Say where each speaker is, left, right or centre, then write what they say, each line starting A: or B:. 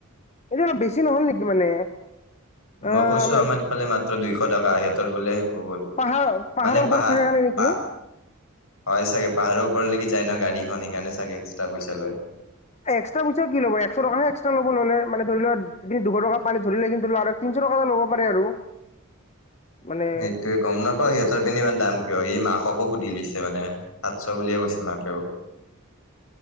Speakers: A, on the left (about 30°); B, on the left (about 70°).
A: এইটো অলপ বেছি নহল নেকি মানে? অ
B: মই কৈছো,
A: মানে
B: আমাৰ ইফালে মাত্ৰ দুইশ টকা সিহঁতৰ বোলে বহুত।
A: পাহাৰ-পাহাৰৰ
B: মানে
A: ওপৰত
B: পাহাৰ
A: থাকে কাৰণে নেকি?
B: পা হয়, চাগে পাহাৰৰ ওপৰলৈকে যাই ন গাড়ীখন সেইকাৰণে চাগে এক্সট্ৰা পইচা লয়।
A: এক্সট্ৰা পইচা কি ল'ব, একশ টকা হে এক্ট্ৰা লব ল'লে, মানে ধৰি লোৱা দুশ টকা পানী ধৰিলে আৰু তিনশ <unintelligible> এটা ল'ব পাৰে আৰু। মানে
B: সেইটোয়ে গম নাপাওঁ, সিহঁতৰ পিনে ইমান দাম? কিয়, এই মাককো সুধি লৈছে মানে সাতশ বুলিয়ে কৈছে মাকেও।